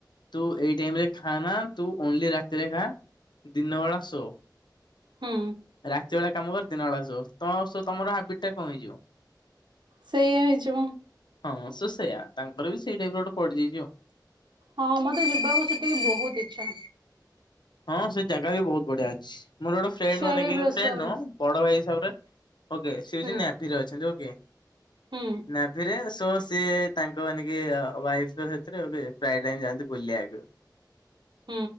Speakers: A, on the left; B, on the right.
A: ତୁ ଏଇ ଟାଇମ୍ରେ ଖା ନା। ତୁ ଓନ୍ଲି ରାତିରେ ଖା। ଦିନବେଳା ଶୋ
B: ହୁଁ
A: ରା ରାତିବେଳା କାମ କର ଦିନବେଳା ଶୋ। କଣହବସ ତମର ହାବିଟ ଟା କଣ କମିଯିବ।
B: ସେଇଆ ହେଇଯିବ
A: ହଁ ସୁସେୟା ତାଙ୍କର ବି ସେଇଟାଇପରେ ଗୋଟେ ପଡିଯାଇଚି।
B: ହଁ ମତେ ଯିବାକୁ ସେଠିକି ବହୁତ ଇଛା।
A: ହଁ ସେଇ ଯା ଗାବି ବହୁତ ବଢିଆ ଅଛି। ମୋର ଗୋଟେ ଫ୍ରେଣ୍ଡ
B: ଚେରି
A: ମାନେ
B: ବ୍ଲୋସମ
A: ଫ୍ରେଣ୍ଡ ନୁହଁ ବଡ ଭାଇ ହିସାବରେ ହବେ। ଓକେ ସିଏ ହଉଛି
B: ହୁଁ
A: ନାଭିରେ ଅଛନ୍ତି। ଓ ଆଜ୍ଞା।
B: ହୁଁ
A: ନା ଫେରିବନା ତ ସିଏ ତାଙ୍କ ମାନେକ ୱାଇଫ୍ତ ତ ପ୍ରାୟ ଟାଇ ଯାଆନ୍ତି। ବୁଲିବାକୁ।
B: ହୁଁ